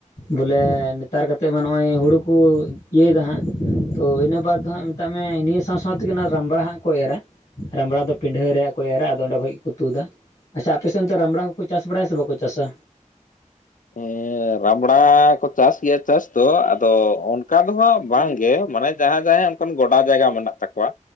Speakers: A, on the left; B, on the left.
A: ᱵᱚᱞᱮ ᱱᱮᱛᱟᱨ ᱠᱟᱛᱮᱫ ᱢᱟ ᱱᱚᱜᱼᱚᱭ ᱦᱩᱲᱩ ᱠᱚ ᱤᱭᱟᱹᱭᱮᱫᱟ ᱦᱟᱸᱜ ᱛᱚ ᱤᱱᱟᱹ ᱵᱟᱫ ᱫᱚ ᱦᱟᱸᱜ ᱢᱮᱛᱟᱜ ᱢᱮ ᱱᱤᱭᱟᱹ ᱥᱟᱶ ᱥᱟᱶ ᱛᱮᱜᱮ ᱚᱱᱟ ᱨᱟᱢᱵᱲᱟ ᱦᱟᱸᱜ ᱠᱚ ᱮᱨᱟ ᱨᱟᱢᱲᱟ ᱫᱚ ᱯᱤᱰᱷᱟᱹ ᱨᱮᱭᱟᱜ ᱠᱚ ᱮᱨᱟ ᱟᱫᱚ ᱚᱸᱰᱮ ᱠᱷᱚᱡ ᱜᱮᱠᱚ ᱛᱩᱫᱟ ᱟᱪᱪᱷᱟ ᱟᱯᱮᱥᱮᱱ ᱫᱚ ᱨᱟᱢᱲᱟ ᱠᱚ ᱪᱟᱥ ᱵᱟᱲᱟᱭᱟ ᱥᱮ ᱵᱟᱠᱚ ᱪᱟᱥᱟ
B: ᱦᱮᱸ ᱨᱟᱢᱲᱟ ᱠᱚ ᱪᱟᱥ ᱜᱮᱭᱟ ᱪᱟᱥ ᱫᱚ ᱟᱫᱚ ᱚᱱ ᱚᱱᱠᱟ ᱫᱚ ᱦᱟᱸᱜ ᱵᱟᱝᱜᱮ ᱢᱟᱱᱮ ᱡᱟᱦᱟᱸᱭ ᱡᱟᱦᱟᱸᱭ ᱚᱱᱠᱟᱱ ᱜᱚᱰᱟ ᱡᱟᱭᱜᱟ ᱢᱮᱱᱟᱜ ᱛᱟᱠᱚᱣᱟ